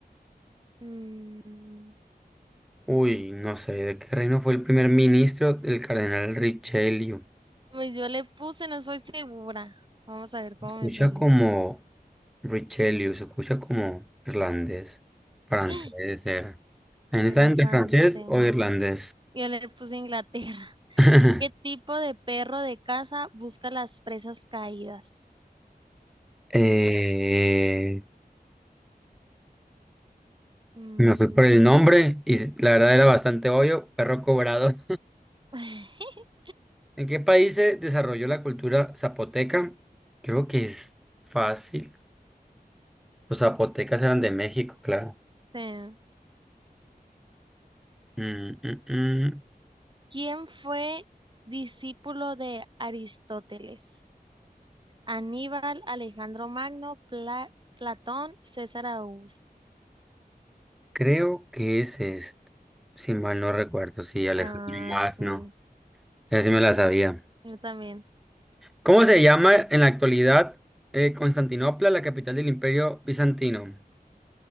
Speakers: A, on the right; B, in the centre.
A: Mm,
B: Uy, no sé, ¿de qué reino fue el primer ministro del cardenal Richelieu?
A: pues yo le puse, no soy segura. Vamos a ver
B: Se
A: cómo
B: escucha
A: me sale.
B: como Richelieu, se escucha como irlandés, francés
A: <gasps>
B: era. También
A: Era
B: está entre
A: francés.
B: francés o irlandés.
A: Yo le puse Inglaterra. <laughs>
B: <laughs>
A: ¿Qué tipo de perro de casa busca las presas caídas?
B: Eh,
A: Mm,
B: me fui por el nombre y s- la verdad era bastante obvio, perro cobrado.
A: <laughs>
B: ¿En qué país se desarrolló la cultura zapoteca? Creo que es fácil. Los zapotecas eran de México, claro.
A: sí.
B: Mm, mm, mm.
A: ¿Quién fue discípulo de Aristóteles? Aníbal, Alejandro Magno, Pla- Platón, César Augusto.
B: Creo que es este. Si mal no recuerdo, sí, Alejandro
A: Ah,
B: Magno.
A: sí,
B: Esa sí me la sabía.
A: yo también.
B: ¿Cómo se llama en la actualidad eh, Constantinopla, la capital del Imperio Bizantino?